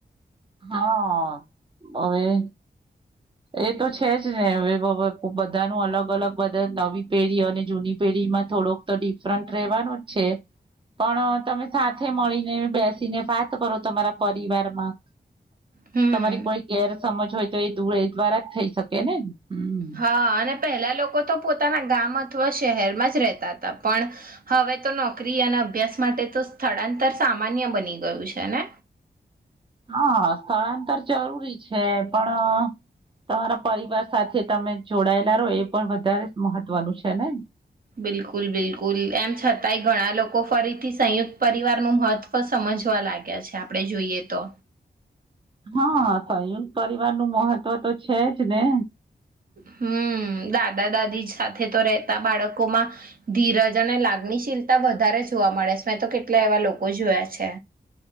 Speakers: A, on the right (about 30°); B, on the right (about 55°).
A: હા હવે એ તો છે જ ને હવે બધાનું અલગ અલગ બધ નવી પેઢી અને જૂની પેઢીમાં થોડોક તો ડિફરન્ટ રેવાનું જ છે પણ તમે સાથે મળીને બેસીને વાત કરો તમારા પરિવારમાં
B: હમ
A: તમારી કોઈ ગેર સમજ હોય તો એ દૂ દ્વારા જ થઈ શકે ને હમ
B: હા અને પેલા લોકો તો પોતાના ગામ જ અ શહેરમાં જ રહેતા હતા પણ હવે તો નોકરી અને અભ્યાસ માટે તો સ્થળાંતર સામાન્ય બની ગયું છે ને
A: હા સ્થળાંતર જરૂરી છે પણ તમારા પરિવાર સાથે તમે જોડાયેલા રહો એ પણ વધારે મહત્વનું છે ને
B: બિલકુલ બિલકુલ એમ છતાંય ઘણા લોકો ફરીથી સંયુક્ત પરિવારનું મહત્વ સમજવા લાગ્યા છે આપણે જોઈએ તો
A: હા સંયુક્ત પરિવાર નું મહત્વ તો છે જ ને
B: હમ દા દાદા દાદી સાથે તો રહેતા બાળકોમાં ધીરજ અને લાગણીશીલતા વધારે જોવા મળે છે મેં તો કેટલા એવા લોકો જોયા છે